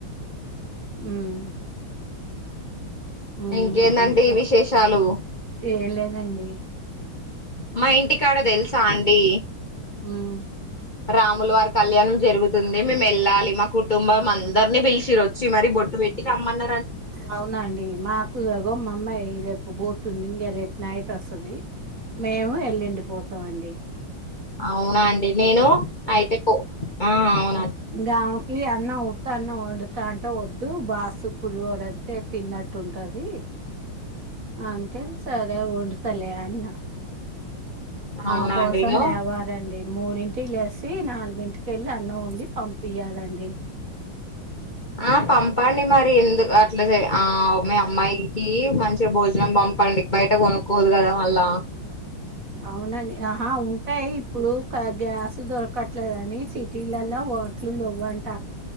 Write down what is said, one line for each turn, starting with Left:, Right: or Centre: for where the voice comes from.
Right: మ్ మ్
Left: ఇంకేందండి
Right: ఇంకా
Left: విశేషాలు
Right: ఏం లేదండి
Left: మా ఇంటికాడ తెలుసా అండి
Right: మ్
Left: రాములు వారి కళ్యాణం జరుగుతుంది మేము వెళ్ళాలి మా కుటుంబం అందరినీ పిలిచిర్రూ వచ్చి మరి బట్టు వెట్టి రమ్మన
Right: అవునా అండి మాకు గో అమ్మాయి రేపు పోతుంది ఇంకా రేపు నైట్ వస్తది మేము ఎల్లుండి పోతాం అండి
Left: అవునా అండి నేను అయితే కో ఆ అవు
Right: ఇంగ ఆమెకి అన్న ఉత్త అన్నం వండుతా అంటే వద్దు బాసు పులిహోరైతే తిన్నట్టు ఉంటది అంతే సరే వండుతలే అ న
Left: అవునా
Right: ఆమె కోసం
Left: అండి నేను
Right: లేవాలండి మూడింటికి లేసి నాలుగు ఇంటికెళ్ళి అన్నం వండి పంపియాలండి
Left: ఆ పంపండి మరి ఎందుకు అట్లా ఆ మీ అమ్మాయికి మంచిగా భోజనం పంపి పండక్ బయట కొనుకోదుగాద మల్ల
Right: అవునండి ఆహా ఉంటాయి ఇప్పుడు గ్యాస్ దొరకట్లేదని సిటీలలా వా ఎట్లు లెవ్వంట